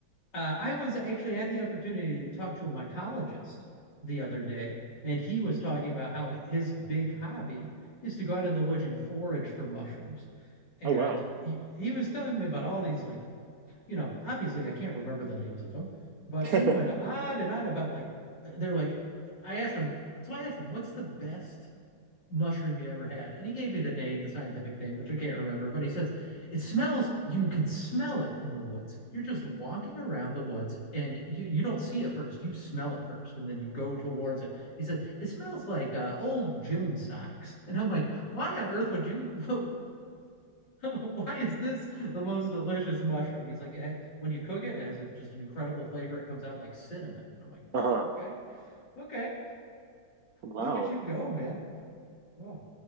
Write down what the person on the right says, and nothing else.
Oh wow.
<laughs>
Uh-huh.
Wow.